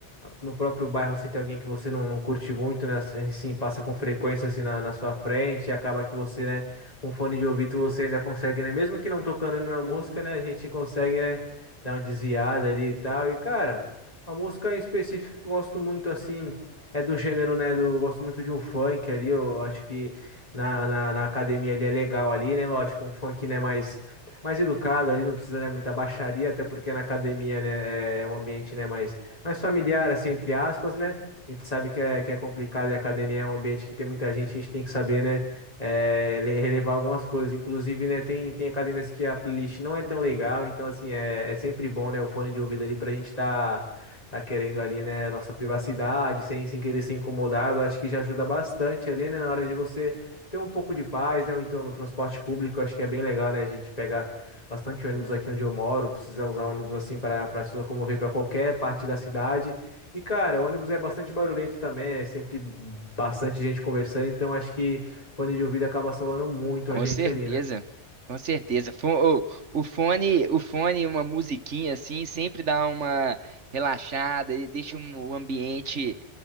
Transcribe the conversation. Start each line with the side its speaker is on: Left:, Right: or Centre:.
Left: No próprio bairro, assim, tem alguém que você não, não curte muito, né? Assim, passa com frequência, assim, na, na sua frente, e acaba que você, né, com fone de ouvido, você ainda consegue, né? Mesmo que não tocando nenhuma música, né, a gente consegue, né, dar uma desviada ali e tal. E, cara, uma música em específico que eu gosto muito, assim, é do gênero, né, do, eu gosto muito de um funk ali, eu acho que na, na, na academia ali é legal ali, né? Lógico, um funk, né, mais, mais educado ali, não precisa, né, muita baixaria, até porque na academia, né, é é um ambiente, né, mais mais familiar, assim, entre aspas, né? A gente sabe que é, que é complicado e a academia é um ambiente que tem muita gente, a gente tem que saber, né? eh, le- relevar algumas coisas. Inclusive, né, tem, tem academias que a playlist não é tão legal, então, assim, é, é sempre bom, né, o fone de ouvido ali pra gente tá, tá querendo ali, né, nossa privacidade, sem, sem querer ser incomodado. Acho que já ajuda bastante ali, né, na hora de você ter um pouco de paz, né? Ou então no transporte público, acho que é bem legal, né? A gente pega bastante ônibus aqui onde eu moro, precisa usar ônibus assim para para se locomover para qualquer parte da cidade. E cara, ônibus é bastante barulhento também, é sempre bastante gente conversando, então acho que fone de ouvido acaba salvando muito
Right: Com
Left: a gente
Right: certeza,
Left: ali, né?
Right: com certeza. Fo- ô, o fone, o fone, uma musiquinha assim, sempre dá uma relaxada e deixa um- o ambiente